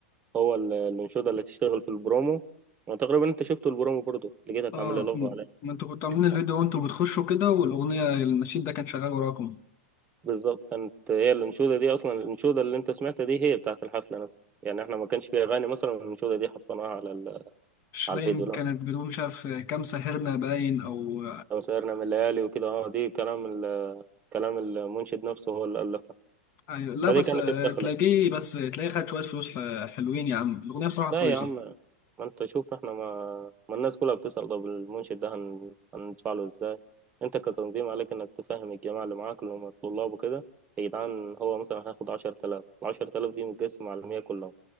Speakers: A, on the right; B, on the left.
A: هو ال- الانشودة اللي تشتغل في البرومو وتقريبا انت شفته البرومو برضه لقيتك
B: اه
A: عامل لي لف
B: مم.
A: عليه
B: ما انتوا كنتوا عاملين الفيديو
A: آه،
B: وانتوا بتخشوا كده والاغنيه النشيد ده كان شغال وراكم
A: بالظبط كانت هي الانشودة دي اصلا الانشودة اللي انت سمعتها دي هي بتاعت الحفلة نفسها يعني احنا ما كانش فيها اغاني مثلا الانشودة دي حطيناها على ال-
B: مش
A: على
B: باين
A: الفيديو لا
B: كانت بدون مش عارف كام ساهرنا باين او
A: لو سهرنا من الليالي وكده اه دي كلام ال- كلام المنشد نفسه هو اللي ألف
B: أيوة. لا
A: فدي
B: بس
A: كانت
B: آه،
A: الدخلة
B: تلاقيه بس تلاقيه خد شويه فلوس ح- حلوين يا عم الاغنيه بصراحه
A: لا
B: كويسه
A: يا عم ما انت شوف احنا ما, ما الناس كلها بتسأل طب المنشد ده هن... هندفع له ازاي انت كتنظيم عليك انك تفهم الجماعة اللي معاك اللي هم الطلاب وكده يا جدعان هو مثلا هياخد 10000 10000 دي متقسمة على 100 كلهم